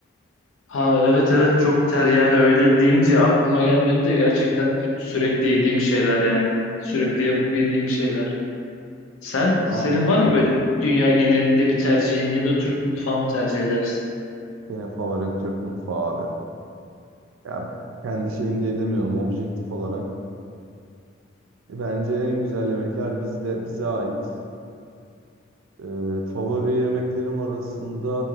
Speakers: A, on the left (about 85°); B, on the right (about 80°).
A: Ha evet evet çok ter yani öyle deyince aklıma gelmedi de gerçekten sürekli yediğim şeyler yani. Sürekli yapıp yediğim şeyler. Sen senin
B: a,
A: var mı böyle dünya genelinde bir tercihin ya da Türk mutfağı mı tercih edersin?
B: benim favorim Türk mutfağı abi. Ya kendi şeyim diye demiyorum objektif olarak. E, Bence en güzel yemekler bizde bize ait. Ee, favori yemeklerim arasında